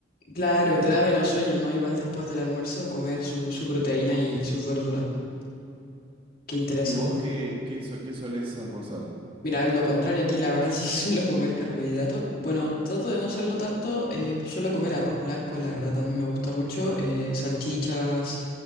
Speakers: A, on the left (about 50°); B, on the right (about 30°).
A: Claro,
B: Eh,
A: te da menos sueño, ¿no? Igual después del almuerzo comer su, su proteína y sus verduras, ¿no? Qué interesante.
B: ¿y vos qué, qué, so- qué solés almorzar?
A: Mira, lo contrario a ti, la verdad <laughs> sí suelo comer carbohidratos. Bueno, trato de no hacerlo tanto, eh, suelo comer arroz blanco, la verdad también me gusta mucho, eh, salchichas.